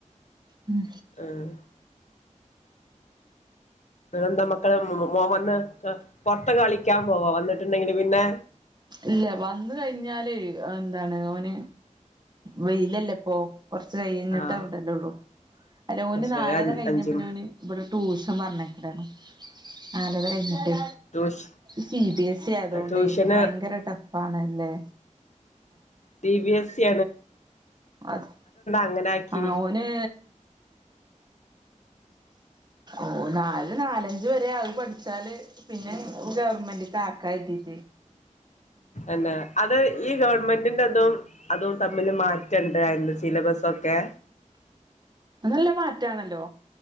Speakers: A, on the right (about 35°); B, on the left (about 60°).
A: ഉം
B: ആഹ് എന്ത മക്കള് മോൻ വന്ന് പൊറത്ത് കളിക്കാൻ പോവാ വന്നിട്ടുണ്ടെങ്കില് പിന്നെ
A: ഇല്ല വന്ന കഴിഞ്ഞാല് എന്താണ് ഓന് വെയിലല്ലേ ഇപ്പോ കുറച്ച് കഴിഞ്ഞിട്ട്
B: ആഹ്
A: അവിടെല്ലേ ഉള്ളൂ അല്ല ഓന്
B: അത് ശരി
A: നാലെര കഴിഞ്ഞ
B: അഞ്ചും
A: പിന്നെ ഓന് ഇബടെ റ്റു പറഞ്ഞയക്കലാണ് നാലെര കഴിഞ്ഞിട്ട്
B: ട്യൂഷ
A: സി ബി എസ് സി ആയത് കൊണ്ടേ
B: ട്യൂഷന്
A: ഭയങ്കര ടഫ്ണല്ലേ
B: സി ബി എസ് സി
A: അതെ
B: അങ്ങനാക്കി
A: ആ ഓന് ഓന് നല് ഒര് നാലഞ്ച് വരെ ആവ് പഠിച്ചാല് പിന്നെ ഗവർ മെന്റിൽ ക്കാക്കാ കരുതീട്ടെ
B: തന്നെ അത് ഈ ഗവൺമെന്റിന്റെതും അതും തമ്മില് മാറ്റണ്ട് അയിന്റെ സിലബസൊക്കെ
A: നല്ല മാറ്റാണല്ലോ